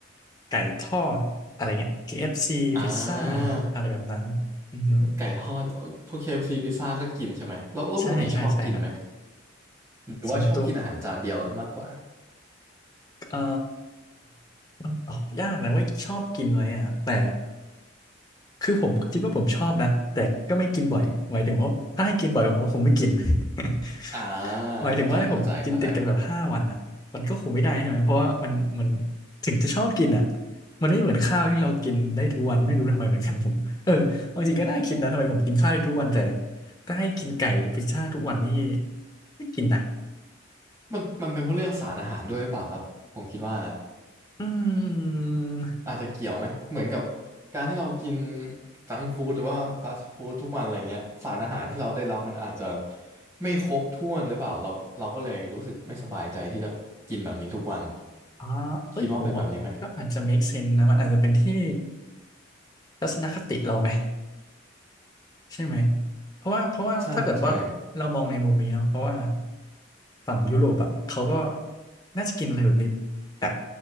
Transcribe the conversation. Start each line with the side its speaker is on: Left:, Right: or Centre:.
Left: ไก่ทอดอะไรเงี้ย KFC
Right: อ่า
Left: พิซซ่าอะไรแบบนั้นอือฮึ
Right: ไก่ทอดโอ๊ยพวกเคเอฟซีพิซซ่าก็กินใช่ไหมแล้วแล้วปกติชอบกินไหม
Left: ใช่ใช่ใช่ครับ
Right: หรือว่าชอบกินอาหารจานเดียวมากกว่า
Left: ส่วนตัวเอ่อมันตอบยากนะว่าชอบกินไหมอ่ะ แต่ คือผมคิดว่าผมชอบนะแต่ก็ไม่กินบ่อยหมายถึงว่าถ้าให้กินบ่อยผมก็คงไม่กิน <laughs>
Right: อ่า
Left: หมายถึงว่าให้ผมกินติดกันแบบห้าวันอ่ะมันก็คงไม่ได้ใช่ไหมเพราะว่ามันมัน
Right: เข้าใจเข้าใจเข้าใจ
Left: ถึงจะชอบกินอ่ะมันไม่เหมือนข้าวที่เรากินได้ทุกวันไม่รู้ทำไมเหมือนกันผมเออเอาจริงก็น่าคิดนะทำไมผมกินข้าวได้ทุกวันแต่ถ้าให้กินไก่หรือพิซซ่าทุกวันนี่ไม่กินนะ
Right: มันมันเป็นเพราะเรื่องสารอาหารด้วยหรือเปล่าครับผมคิดว่านะ
Left: อืม
Right: อาจจะเกี่ยวไหมเหมือนกับการที่เรากินจังก์ฟู้ดหรือว่าฟาสต์ฟู้ดทุกวันอะไรเงี้ยสารอาหารที่เราได้รับมันอาจจะไม่ครบถ้วนหรือเปล่าเราเราก็เลยรู้สึกไม่สบายใจที่จะกินแบบนี้ทุกวัน
Left: อ๋อเอ้ยผมว่าก็อาจจะ
Right: คิดว่าเป็นแบบนี้ไหม
Left: make sense นะมันอาจจะเป็นที่ทัศนคติเราไหม ใช่ไหมเพราะว่าเพราะว่าถ้าเกิดว่าเรามองในมุมนี้เนาะเพราะว่า
Right: ใช่ใช่
Left: ฝั่งยุโรปอ่ะเขาก็น่าจะกินอะไรแบบนี้แบบ